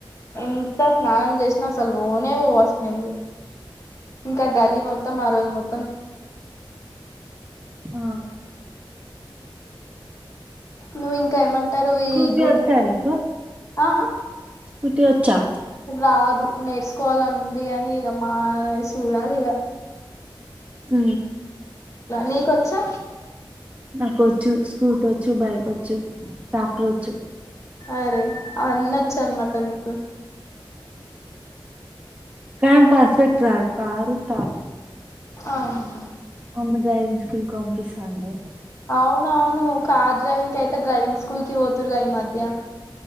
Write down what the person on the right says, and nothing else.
ఆ
స్కూటీ
వచ్చా నీకు
స్కూటీ వచ్చా
ఆ
నాకు వచ్చు స్కూటీ వచ్చు బైక్ వచ్చు ట్రాక్టర్ వచ్చు
కానీ పస్ఫెక్ట్ రాదు కారు మా
అమ్మ డైరింగ్ స్కూలుకి పంపిస్తది